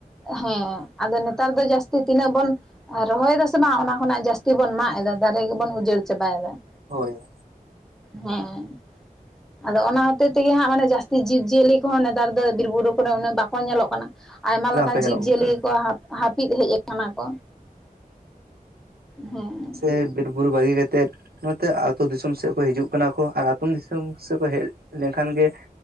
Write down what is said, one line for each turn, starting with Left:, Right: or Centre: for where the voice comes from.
Centre: ᱦᱮᱸᱻ ᱟᱫᱚ, ᱱᱮᱛᱟᱨ ᱫᱚ ᱡᱟᱹᱥᱛᱤ ᱛᱤᱱᱟᱹᱜ ᱵᱚᱱ ᱟᱨ ᱨᱚᱦᱚᱭ ᱮᱫᱟ ᱥᱮ ᱵᱟᱝ, ᱚᱱᱟ ᱠᱷᱚᱱᱟᱜ ᱡᱟᱹᱥᱛᱤ ᱵᱚᱱ ᱢᱟᱜ ᱮᱫᱟ, ᱫᱟᱨᱮ ᱜᱮ, ᱵᱚᱱ ᱩᱡᱟᱹᱲ ᱪᱟᱵᱟᱭ ᱮᱫᱟ ᱾
Right: ᱦᱳᱭ ᱾
Centre: ᱦᱮᱸᱻ ᱾ ᱟᱫᱚ ᱚᱱᱟ ᱦᱚᱛᱮ ᱛᱮᱜᱮ ᱦᱟᱸᱜ, ᱢᱟᱱᱮ ᱡᱟᱹᱥᱛᱤ ᱡᱤᱵᱽ ᱡᱤᱭᱟᱹᱞᱤ ᱠᱚᱦᱚᱸ, ᱱᱮᱛᱟᱨ ᱫᱚ ᱵᱤᱨ ᱵᱩᱨᱩ ᱠᱚᱨᱮ, ᱩᱱᱟᱹᱜ ᱵᱟᱠᱚ ᱧᱮᱞᱚᱜ ᱠᱟᱱᱟ ᱾ ᱟᱭᱢᱟ
Right: ᱚᱱᱮ
Centre: ᱞᱮᱠᱟᱱ
Right: ᱚᱱᱠᱟ ᱧᱮᱞᱚᱜ
Centre: ᱡᱤᱵᱽ ᱡᱤᱭᱟᱹᱞᱤ
Right: ᱠᱟᱱᱟ
Centre: ᱠᱚ, ᱦᱟᱯ ᱦᱟᱹᱯᱤᱫ ᱦᱮᱡ ᱟᱠᱟᱱᱟ ᱾ ᱚᱱᱟ ᱠᱚ, ᱦᱮᱸ ᱾
Right: ᱥᱮᱨ, ᱵᱤᱨ ᱵᱩᱨᱩ ᱵᱟᱹᱜᱤ ᱠᱟᱛᱮᱫ ᱱᱚᱛᱮ ᱟ ᱟᱹᱛᱩ ᱫᱤᱥᱚᱢ ᱥᱮᱫ ᱠᱚ ᱦᱤᱡᱩᱜ ᱠᱟᱱᱟ ᱠᱚ ᱟᱨ ᱟᱛᱳ ᱫᱤᱥᱚᱢ ᱥᱮᱫ ᱠᱚ ᱦᱮᱡ ᱞᱮᱱᱠᱷᱟᱱ ᱜᱮ